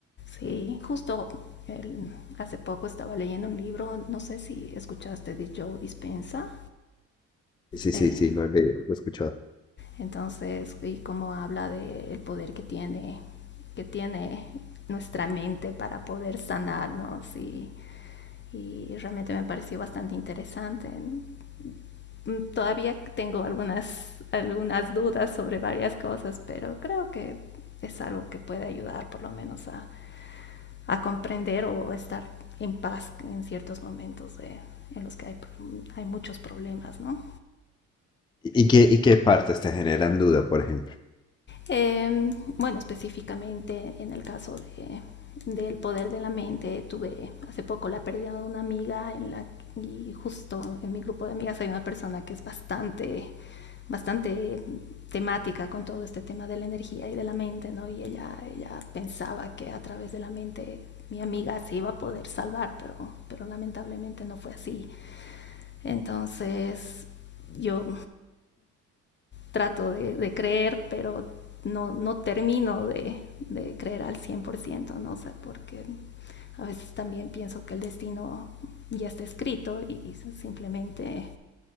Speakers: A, on the left; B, on the left.
A: Sí, justo el- hace poco estaba leyendo un libro, no sé si escuchaste de Joe Dispenza,
B: Sí,
A: eh,
B: sí, sí, lo, he leído, lo he escuchado.
A: entonces, y cómo habla del poder que tiene, que tiene nuestra mente para poder sanarnos y, y realmente me pareció bastante interesante. ¿no? Mm, Todavía tengo algunas, algunas dudas sobre varias cosas, pero creo que es algo que puede ayudar por lo menos a, a comprender o estar en paz en ciertos momentos de, en los que hay, hay muchos problemas, ¿no?
B: ¿Y qué, y qué partes te generan duda, por ejemplo?
A: Eh, bueno, específicamente en el caso de, del poder de la mente, tuve hace poco la pérdida de una amiga en la, y justo en mi grupo de amigas hay una persona que es bastante, bastante temática con todo este tema de la energía y de la mente, ¿no? Y ella, ella pensaba que a través de la mente mi amiga se iba a poder salvar, pero, pero lamentablemente no fue así. Entonces, yo trato de, de creer, pero no, no termino de, de, creer al cien por ciento ¿no? O sea, porque a veces también pienso que el destino ya está escrito y, y simplemente